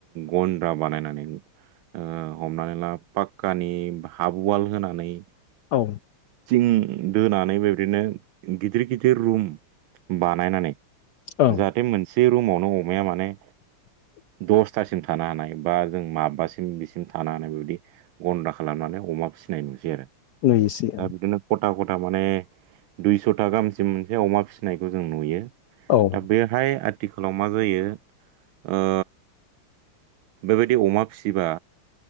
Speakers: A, on the right; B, on the left.
A: गन्द्रा बा बानायनानै ओ हमनानै ला पाक्कानि हाफ वाल होनानै
B: औ
A: थिं दोनानै बेबायदिनो गिदिर गिदिर रुम बानायनानै
B: ओं
A: जाहाथे मोनसे रुमावनो अमाया माने
B: <inaudible>
A: दसथासिम थानो हानाय बा जों माबबासिम बिसिम थानो हानाय बेबायदि गन्दा खालामनानै अमा फिसिनाय नुसै आरो।
B: <unintelligible>
A: दा बिदिनो खथा खथा माने दुइस'था गाहामसिम मोनसे अमा फिसिनायखौ जों नुयो।
B: ओं
A: दा बेहाय आथिखालाव मा जायो ओ बेबायदि अमा फिसिबा